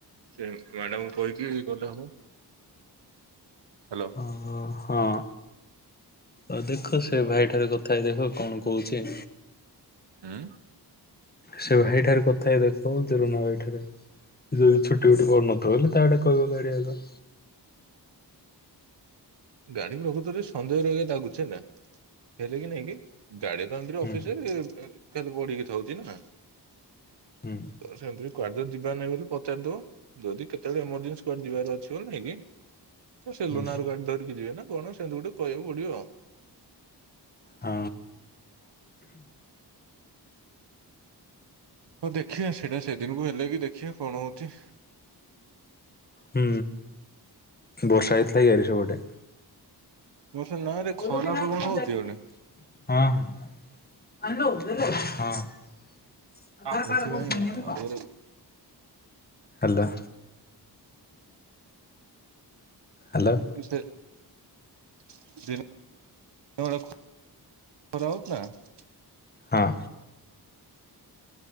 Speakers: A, on the right; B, on the left.
A: ସେ ଛୁଆଟାକୁ କହିକି କଲେ ହବ ହାଲୋ।
B: ଅ ହଁ ଅଦେଖ ସେ ସେ ଭାଇଠାରେ କଥା ହେଇ ଦେଖ କଣ କହୁଚି।
A: ଉଁ।
B: ସେ ଭାଇ ଠାରେ କଥା ହେଇ ଦେଖ ରୁନୁ ଭାଇ ଠାରେ ଯଦି ଛୁଟି ବୁଟି ପଡୁ ନଥବ ହେଲେ ତାକୁ ଡାକ। କୋଉ ଗାଡ଼ି ଆଗ
A: ଗାଡି ବି ପ୍ରକୃତରେ ସନ୍ଦେହ ରହିବା ଦାଗୁଛେ ହେଲା। ହେଲେ କି ନାଇଁ କି? ଗାଡି ତ ଏମିତିରେ ଅଫିସରେ
B: ହୁଁ
A: କାଲି ପଡିକି ଥାଉଛି ନା?
B: ହୁଁ
A: ତ ସେମିତି କୁଆଡେ ଯଦି ଯିବାର ନାହିଁ ବୋଲି ପଚାରି ଦଉ। ଯଦି କେତେବେଳେ ଏମଜେନ୍ସି କୁଆଡେ ଯିବାର ଅଛି ବୋଲି ନାଇଁ କି? ତ ସେ
B: ହୁଁ।
A: ଲୁନାର ଗାଡି ଧରି ଯିବେ ନା କଣ ସେମିତି ଗୋଟେ କହିଆକୁ ପଡିବ ଆଉ।
B: ହ
A: ହଉ ଦେଖିଆ ସେଇଟା ସେଦିନକୁ ହେଲେ କି ଦେଖିବା କଣ ହଉଛି
B: ହୁ ବର୍ଷା ହେଇଥିଲା କି ଆଡେ ସେପଟେ?
A: ବର୍ଷା ନା ରେ
B: ଗଲୁ
A: ଖରା
B: କି ନାଇଁ
A: ପ୍ରବଳ
B: ପଞ୍ଚାୟତକୁ?
A: ହଉଛି ଏପଟେ।
B: ହଁ ହଁ। ହ
A: ସେଥିପାଇଁ
B: ଆଧାର କ କହୁ କଣ
A: ଆଉ
B: ହ୍ୟାଲୋ। ହାଲୋ।
A: <unintelligible> <unintelligible>
B: ହଁ।